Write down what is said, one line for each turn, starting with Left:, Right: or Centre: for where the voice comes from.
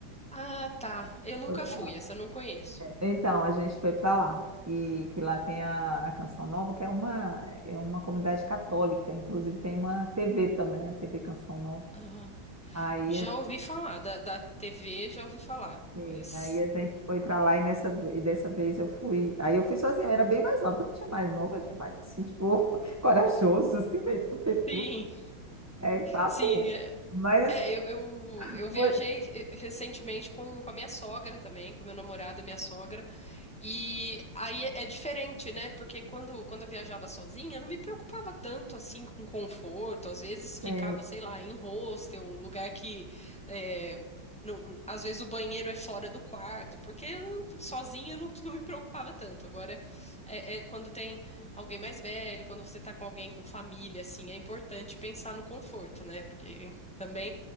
Centre: ah, tá. Eu nunca
Right: foi para
Centre: fui,
Right: lá.
Centre: essa eu não conheço.
Right: Então, a gente foi para lá. E que lá tem a, a Canção Nova, que é uma, é uma comunidade católica, inclusive tem uma TV também, a TV Canção Nova.
Centre: Aham.
Right: Aí
Centre: Já ouvi falar da, da TV, já ouvi falar, mas
Right: Sim, aí a gente foi pra lá e nessa ve- e dessa vez eu fui. Aí eu fui sozinha, eu era bem mais nova. Quando eu tinha mais nova, a gente é mais assim, tipo, <laughs> corajoso, assim, meio tupetu,
Centre: sim,
Right: é papo.
Centre: sim, é,
Right: Mas assim,
Centre: é, eu, eu, eu viajei
Right: foi.
Centre: eh, recentemente com, com a minha sogra também, com meu namorado e minha sogra, E aí é é diferente, né? Porque quando, quando eu viajava sozinha, eu não me preocupava tanto assim com conforto. Às vezes ficava,
Right: Sim,
Centre: sei lá, em hostel, lugar que é, não- às vezes o banheiro é fora do quarto, porque eu não- sozinha eu não, não me preocupava tanto. Agora, é- é quando tem alguém mais velho, quando você tá com alguém com família, assim, é importante pensar no conforto, né? Porque também